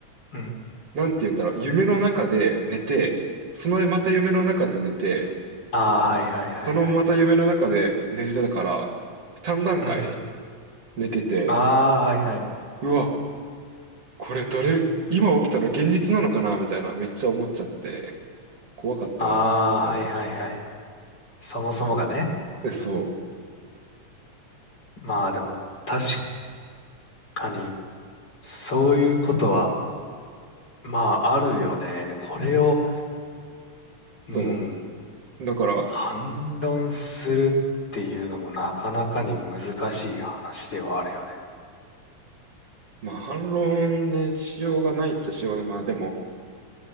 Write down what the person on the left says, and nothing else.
うん。
ああ。はいはいはいはい。
うん。
ああ。はいはい。
ああ。はいはいはい。そもそもがね。
まあでも確かにそういうことはまああるよね。これを、
うん、
反論するっていうのもなかなかに難しい話ではあるよね。